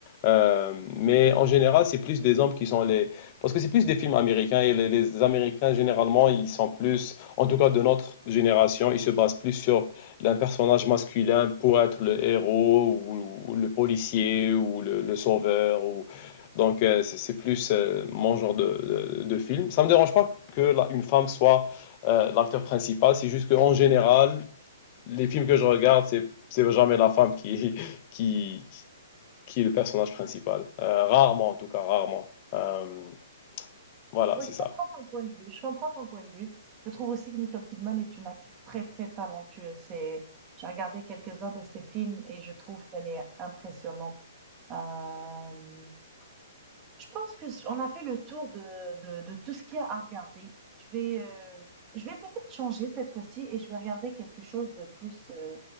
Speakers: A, on the left; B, on the right.
A: Euh, mais en général, c'est plus des hommes qui sont les... Parce que c'est plus des films américains et les, les Américains, généralement, ils sont plus... En tout cas, de notre génération, il se base plus sur un personnage masculin pour être le héros ou, ou le policier ou le, le sauveur. Ou... Donc, euh, c'est c'est plus euh, mon genre de, de, de film. Ça me dérange pas que la- une femme soit euh, l'acteur principal. C'est juste qu'en général, les films que je regarde, c'est c'est jamais la femme qui <laughs> qui, qui est le personnage principal. Euh, rarement, en tout cas, rarement. Euh, voilà,
B: Oui,
A: c'est
B: je
A: ça.
B: comprends ton point de vue. Je comprends ton point de vue. Je trouve aussi que Nicole Kidman est une actrice très, très talentueuse. C'est, j'ai regardé quelques-uns de ses films et je trouve qu'elle est impressionnante. Euh, Je pense que on a fait le tour de, de, de tout ce qu'il y a à regarder. Je vais, euh, je vais peut-être changer cette fois-ci et je vais regarder quelque chose de plus euh,